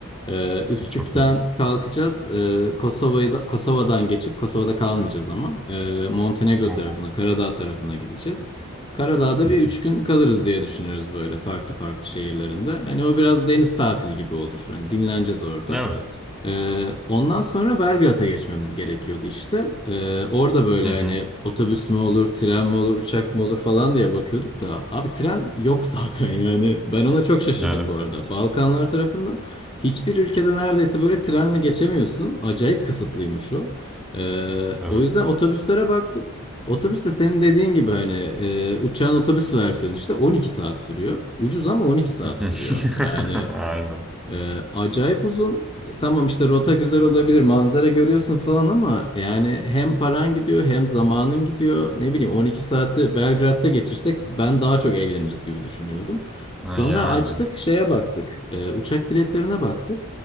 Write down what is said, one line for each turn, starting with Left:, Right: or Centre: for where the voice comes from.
Left: E, Üsküp'ten
Centre: Çok iyi. Hı
Left: kalkacağız. E, Kosova'yı da, Kosova'dan geçip Kosova'da kalmayacağız ama e, Montenegro
Centre: hı.
Left: tarafına, Karadağ tarafına gideceğiz. Karadağ'da
Centre: Hı
Left: bir
Centre: hı.
Left: üç gün kalırız diye düşünüyoruz böyle farklı farklı şehirlerinde. Hani o biraz deniz tatili gibi olur. Hani dinleneceğiz orada.
Centre: Evet.
Left: Ee, ondan sonra Belgrad'a geçmemiz gerekiyordu işte. Ee, orada böyle
Centre: Hı hı.
Left: hani otobüs mü olur, tren mi olur, uçak mı olur falan diye bakıyorduk da abi tren yok <laughs> zaten yani. Ben ona çok şaşırdım
Centre: Evet.
Left: bu arada. Balkanlar tarafında hiçbir ülkede neredeyse böyle trenle geçemiyorsun. Acayip kısıtlıymış o. Ee,
Centre: Evet.
Left: o yüzden otobüslere baktık. Otobüs de senin dediğin gibi hani e, uçağın otobüs versiyonu işte 12 saat sürüyor. Ucuz ama 12 saat
Centre: <laughs>
Left: sürüyor. Yani
Centre: Aynen.
Left: ee, acayip uzun. Tamam işte rota güzel olabilir, manzara görüyorsun falan ama yani hem paran gidiyor hem zamanın gidiyor. Ne bileyim 12 saati Belgrad'da geçirsek ben daha çok eğleniriz gibi düşünüyordum. Sonra
Centre: Ha, Yani.
Left: açtık şeye baktık, Ee, uçak biletlerine baktık.